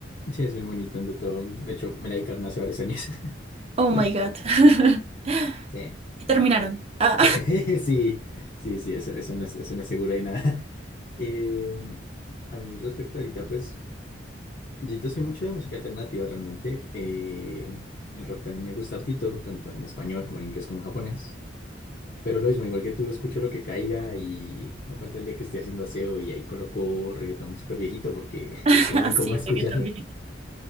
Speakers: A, on the left; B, on the right.
A: Sí, es bien bonita, entre todo. De hecho, me la dedicaron hace varios años.
B: Oh
A: <laughs>
B: my God. <laughs>
A: Sí,
B: Y terminaron. Ah,
A: sí, <laughs> sí, sí, sí, eso, eso no es, eso no es seguro de nada. <laughs> Eh, a mí respecto ahorita, pues, yo te soy mucho de música alternativa realmente. Eh, el rock también me gusta hartito, tanto en español como en inglés como en japonés. Pero lo mismo, igual que tú, escucho lo que caiga y no falta el día que estoy haciendo aseo y ahí coloco reggaetón súper viejito porque
B: <laughs>
A: <laughs> es como muy
B: así,
A: cómodo escuchar.
B: reggaetón viejito.